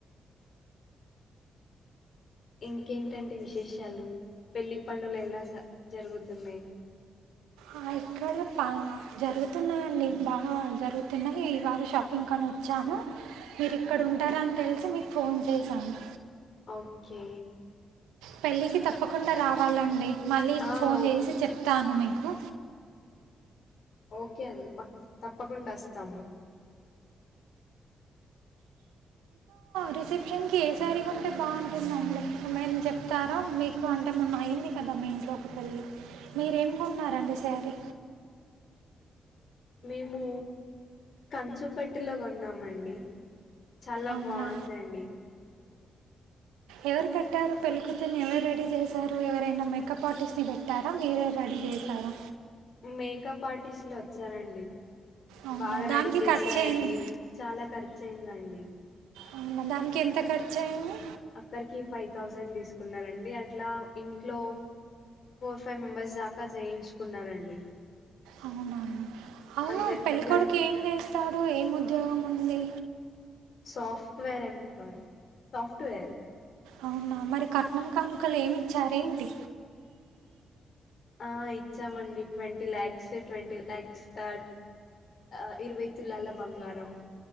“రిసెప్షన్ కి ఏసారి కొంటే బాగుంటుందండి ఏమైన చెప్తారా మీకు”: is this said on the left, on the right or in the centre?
Right